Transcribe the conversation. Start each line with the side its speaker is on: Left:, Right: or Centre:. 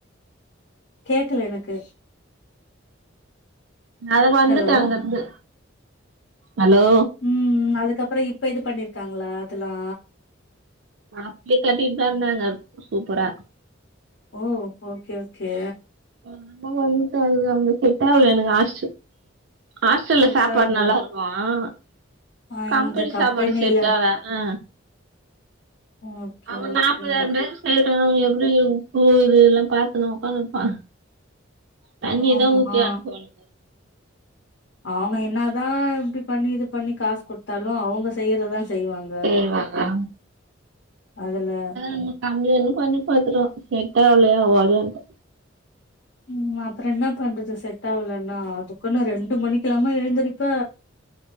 Left: கேக்கல எனக்கு
Right: அத வந்துட்டே
Left: ஹலோ
Right: அங்க இருந்து ஹலோ
Left: ம் அதுக்கப்பறோ இப்ப இது பண்ணிருக்காங்களா அதெல்லா
Right: அப்பிடி கட்டிட்டு தா இருந்தாங்க சூப்பரா
Left: ஓ ஓகே ஓகே
Right: நம்ம வந்துட்ட அங்க இருந்து அந்த செட் ஆகல எனக்கு ஹாஸ் ஹாஸ்டல்ல
Left: செட்
Right: சாப்பாடு
Left: ஆகல
Right: நல்லா இருக்கும் வா
Left: ஆ
Right: கம்பனி
Left: இந்த கம்பெனில
Right: சாப்பாடு செட் ஆல அ
Left: ஓகே
Right: அவன்
Left: ஓகே
Right: நாற்பதா இருந்து ச ந எப்பிடி உப்பு இது இது எல்லா பாத்தனு இருப்பா தண்ணி
Left: ஆமா
Right: தா ஊத்தி அனுப்பனு
Left: அவங்க என்னதா இப்பிடி பண்ணி இது பண்ணி காசு குடுத்தாலு அவங்க செய்யறதா செய்வாங்க
Right: ஏ வாக
Left: அதுல
Right: ம்ம கம்லன்னு பண்ணி பாத்துட்டோ செட்டா ஆவலையா ஓடியாந்துட்டே
Left: ம் அப்பறோ என்ன பண்றது செட் ஆவலன்னா அதுக்குன்னு ரெண்டு மணிக்கெல்லாம எழுந்திரிப்ப